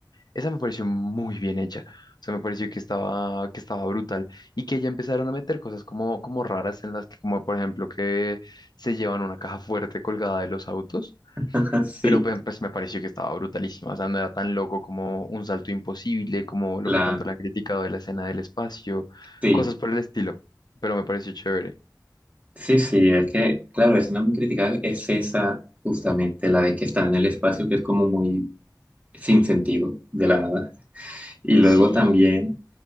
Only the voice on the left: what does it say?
Esa me pareció muy bien hecha. O sea, me pareció que estaba, que estaba brutal y que ya empezaron a meter cosas como, como raras en las que, como por ejemplo, que se llevan una caja fuerte colgada de los autos,
pero pe- pues me pareció que estaba brutalísima. O sea, no era tan loco como un salto imposible, como lo
que tanto le han criticado de la escena del espacio,
cosas por el estilo, pero me pareció chévere.
Sí,